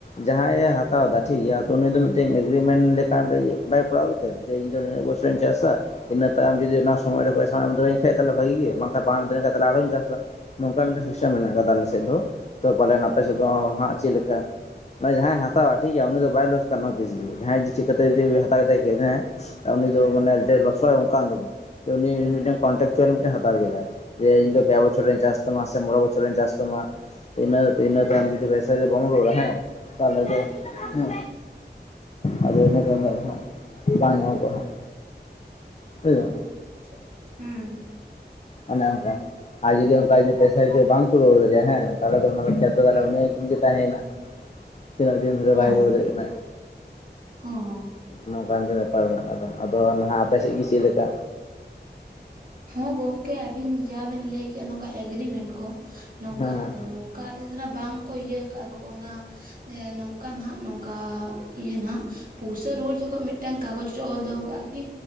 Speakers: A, on the left; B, on the right.
A: ᱡᱟᱦᱟᱸ ᱟᱡᱮ ᱦᱟᱛᱟᱣ ᱮᱫᱟ ᱴᱷᱤᱠᱜᱮᱭᱟ ᱩᱱᱤ ᱫᱚ ᱢᱤᱫᱴᱮᱱ ᱮᱜᱨᱤᱢᱮᱱᱴ ᱞᱮᱠᱟᱱ ᱨᱮ ᱵᱟᱭ ᱠᱚᱨᱟᱣ ᱜᱮ ᱛᱟᱭᱟ ᱡᱮ ᱤᱧ ᱫᱚ ᱱᱩᱱᱟᱜ ᱵᱚᱪᱷᱚᱨᱤᱧ ᱪᱟᱥᱟ ᱤᱱᱟᱹ ᱛᱟᱭᱚᱢ ᱡᱩᱫᱤ ᱚᱱᱟ ᱥᱚᱢᱚᱭ ᱨᱮ ᱯᱚᱭᱥᱟᱢ ᱮᱢ ᱫᱟᱲᱮ ᱠᱷᱟᱡ ᱵᱷᱟᱹᱜᱤ ᱜᱮ ᱵᱟᱝᱠᱷᱟᱱ ᱵᱟᱢ ᱮᱢ ᱫᱟᱲᱮ ᱠᱷᱟᱡ ᱟᱨᱦᱚᱸᱧ ᱪᱟᱥᱟ ᱱᱚᱝᱠᱟ ᱢᱤᱫᱴᱮᱱ ᱥᱤᱥᱴᱮᱢ ᱢᱮᱱᱟᱜ ᱟᱠᱟᱫᱟ ᱟᱞᱮ ᱥᱮᱫ ᱫᱚ ᱛᱚ ᱯᱟᱞᱮᱱ
B: ᱦᱮᱸ
A: ᱟᱯᱮ ᱥᱮᱫ ᱫᱚ ᱦᱟᱸᱜ ᱪᱮᱫ ᱞᱮᱠᱟ ᱢᱟᱱᱮ ᱡᱟᱦᱟᱸᱭ ᱦᱟᱛᱟᱣᱟ ᱴᱷᱤᱠ ᱜᱮᱭᱟ, ᱩᱱᱤ ᱫᱚ ᱵᱟᱭ ᱞᱚᱥᱠᱟᱱᱚᱼᱟ ᱛᱤᱥ ᱜᱮ ᱡᱟᱦᱟᱸᱭ ᱡᱮ ᱪᱮᱠ ᱠᱟᱛᱮ ᱡᱮᱵᱮ ᱦᱟᱛᱟᱣ ᱠᱟᱛᱮ ᱠᱮᱫᱟᱦᱟ ᱠᱟᱜ ᱩᱱᱤ ᱡᱮ
B: ᱦᱮᱸ
A: ᱢᱟᱱᱮ ᱫᱚᱭ ᱞᱚᱥᱚᱼᱟ ᱚᱱᱠᱟᱱ ᱫᱚ ᱵᱟᱝ᱾ ᱩᱱᱤ
B: ᱦᱮᱸ
A: ᱢᱤᱜᱴᱟᱝ ᱠᱚᱱᱴᱮᱠ ᱪᱟᱣᱞᱤ ᱢᱤᱴᱮ ᱦᱟᱛᱟᱣ ᱠᱮᱫᱟ, ᱮ ᱤᱧ ᱫᱚ ᱯᱮ ᱵᱚᱪᱷᱚᱨᱮᱧ ᱪᱟᱥ ᱯᱮ ᱢᱟᱥᱮ ᱢᱚᱲᱮ ᱵᱚᱪᱷᱚᱨᱮᱧ ᱪᱟᱥ ᱛᱟᱢᱟ᱾ ᱤᱱᱟᱹ ᱤᱱᱟᱹ ᱛᱟᱭᱚᱢ ᱡᱩᱫᱤ ᱯᱚᱭᱥᱟ ᱵᱟᱢ ᱨᱚᱲᱟ ᱦᱮᱸ ᱛᱟᱦᱚᱞᱮ ᱫᱚ
B: ᱦᱮᱸ
A: ᱦᱮ ᱟᱫᱚ ᱤᱱᱟᱹ ᱛᱟᱭᱚᱢ ᱫᱚ ᱦᱟᱸᱜ ᱵᱟᱝ ᱧᱟᱢᱚᱜᱼᱟ ᱦᱟᱸᱜ ᱵᱩᱡᱫᱟᱢ?
B: <unintelligible> ᱩᱸ᱾
A: ᱚᱱᱮ ᱚᱱᱠᱟ, ᱟᱨ ᱡᱩᱫᱤ ᱚᱱᱠᱟ ᱡᱤ ᱯᱚᱭᱥᱟ ᱡᱩᱫᱤ ᱵᱟᱝᱠᱚ ᱠᱩᱲᱟᱹᱣ ᱞᱮᱫᱮᱭ ᱦᱮᱸ ᱛᱟᱦᱚᱞᱮ ᱫᱚ ᱚᱱᱟ ᱫᱚ ᱠᱷᱮᱛ ᱫᱚ ᱛᱟᱦᱚᱞᱮ
B: ᱦᱮᱸ
A: ᱩᱱᱤ ᱛᱩᱢ ᱜᱮ ᱛᱟᱸᱦᱮᱭᱱᱟ ᱛᱤᱱᱟᱹᱜ ᱫᱤᱱ ᱫᱷᱚᱨᱮ
B: ᱦᱮᱸ
A: ᱵᱟᱭ ᱨᱩᱣᱟᱹᱲ ᱫᱟᱲᱮᱜ ᱠᱟᱱᱟᱭ?
B: ᱦᱮᱸ
A: ᱱᱚᱝᱠᱟ ᱢᱤᱴᱮ ᱵᱮᱯᱟᱨ ᱢᱮᱱᱟᱜ ᱟᱠᱟᱫᱟ, ᱟᱫᱚ ᱱᱟᱦᱟᱜ ᱟᱯᱮᱥᱮᱜ ᱜᱤ ᱪᱤᱜ ᱞᱮᱠᱟ?
B: ᱦᱚᱸ ᱜᱚᱝᱠᱮ ᱟᱹᱵᱤᱱ ᱡᱟ ᱵᱤᱱ ᱞᱟᱹᱭᱠᱮᱜᱼᱟ ᱱᱚᱝᱠᱟ ᱮᱜᱽᱨᱤᱢᱮᱱᱴ ᱠᱚ ᱱᱚᱝᱠᱟ
A: ᱦᱮᱸ ᱦᱮᱸ
B: ᱟᱫᱚ ᱱᱚᱝᱠᱟ ᱟᱞᱮ ᱥᱮᱫᱱᱟᱜ ᱵᱟᱝ ᱠᱚ ᱤᱭᱟᱹ ᱠᱟᱜᱼᱟᱫᱚ ᱠᱚ ᱚᱱᱟ ᱮ ᱱᱚᱝᱠᱟᱱ ᱦᱟᱸᱜ ᱱᱚᱝᱠᱟ ᱤᱭᱟᱹ ᱱᱟᱸᱜ ᱯᱩᱭᱥᱟᱹ ᱨᱩᱣᱟᱹᱲ ᱡᱚᱠᱷᱚᱱ ᱢᱤᱫᱴᱟᱝ ᱠᱟᱜᱚᱡᱽ ᱨᱮ ᱚᱞ ᱫᱚᱦᱚ ᱠᱟᱜᱼᱟ ᱠᱤ